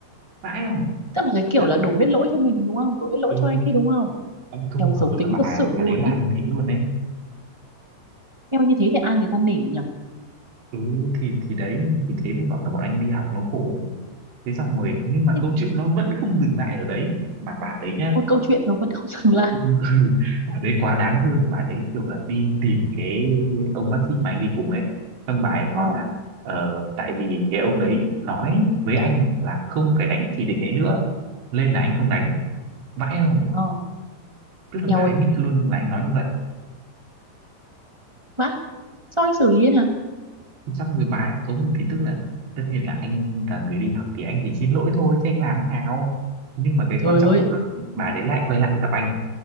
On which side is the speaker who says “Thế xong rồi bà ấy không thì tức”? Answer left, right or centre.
Right